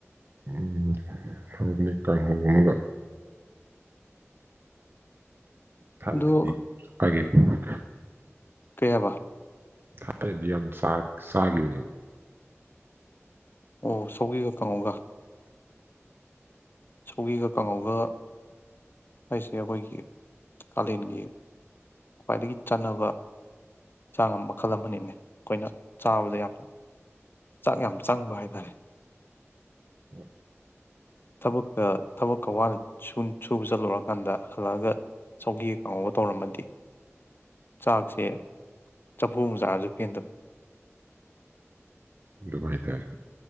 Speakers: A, on the right; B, on the left.
A: ꯎꯝ <unintelligible> ꯀꯪꯍꯧ ꯑꯃꯒ ꯊꯥꯕꯗꯗꯤ
B: ꯑꯗꯣ
A: ꯍꯥꯏꯌ <unintelligible>
B: ꯀꯩꯍꯥꯏꯕꯥ
A: ꯊꯥꯏꯗꯤ ꯌꯥꯝ ꯁꯥꯥꯈꯤꯕꯅꯦꯕ
B: ꯑꯣ ꯁꯣꯛꯒꯤꯒ ꯀꯪꯉꯣꯒ ꯁꯣꯒꯤꯒ ꯀꯥꯡꯉꯧꯒ ꯍꯥꯏꯁꯦ ꯑꯩꯈꯣꯏꯒꯤ ꯀꯥꯂꯦꯟꯒꯤ ꯈ꯭ꯋꯥꯏꯗꯒꯤ ꯆꯥꯟꯅꯕ ꯆꯟꯁꯥꯡ ꯃꯈꯜ ꯑꯃꯅꯤꯅꯦ ꯑꯩꯈꯣꯏꯅ ꯆꯥꯕꯗ ꯌꯥꯝꯅ ꯆꯥꯛ ꯌꯥꯝ ꯆꯪꯕ ꯍꯥꯏ ꯇꯥꯔꯦ
A: ꯎꯝ
B: ꯊꯕꯛꯀ ꯊꯕꯛꯀ ꯋꯥꯅ ꯁꯨꯕ ꯆꯠꯂꯨꯔꯀꯥꯟꯗ ꯍꯜꯂꯛꯑꯒ ꯆꯧꯒꯤ ꯀꯥꯡꯉꯧꯕ ꯇꯧꯔꯝꯃꯗꯤ ꯆꯥꯛꯁꯦ ꯆꯐꯨ ꯆꯥꯔꯁꯨ ꯄꯦꯟꯗꯕ
A: ꯍꯣꯏꯗꯚꯥꯏ ꯇꯔ